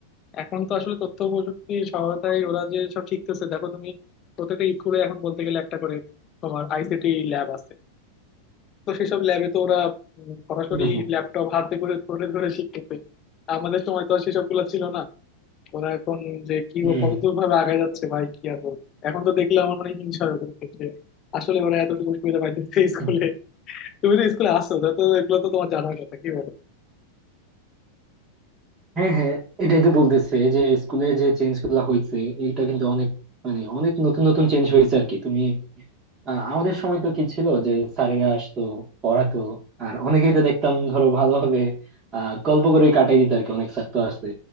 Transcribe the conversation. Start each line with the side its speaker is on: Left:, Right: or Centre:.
Left: এখন তো আসলে তথ্য প্রযুক্তির সহায়তায় ওরা যে সব শিখতেছে দেখো তুমি প্রত্যেকটা স্কুলে এখন বলতে গেলে একটা করে তোমার আইসিটি ল্যাব আছে তো সেসব ল্যাবে তো ওরা উম, সরাসরি
Right: হুম
Left: ল্যাপটপ হাতে করে ধরে ধরে শিখতেছে আমাদের সময় তো আর সেসব গুলো ছিল না ওরা এখন যে কি
Right: হুম
Left: ও কতদূর ভাবে আগে যাচ্ছে ভাই কি আর বলবো এখন তো দেখলে আমার মানে হিংসা হয়ে যাচ্ছে যে আসলে ওরা এতটুকু সুবিধা পাইতেছে স্কুলে
Right: হুম
Left: তুমি তো স্কুলে আসো তো তো এগুলো তো তোমার জানার কথা কি বলো
Right: হ্যাঁ হ্যাঁ এটাই তো বলতেছে যে স্কুলে যে চেঞ্জ গুলা হয়েছে এটা কিন্তু অনেক মানে অনেক নতুন নতুন চেঞ্জ হয়েছে আর কি তুমি আহ, আমাদের সময় তো কি ছিল যে স্যারেরা আসতো পড়াতো আর অনেকেই তো দেখতাম ধরো ভালোভাবে আহ গল্প করে কাটাই দিত আর কি অনেক স্যার তো আসছে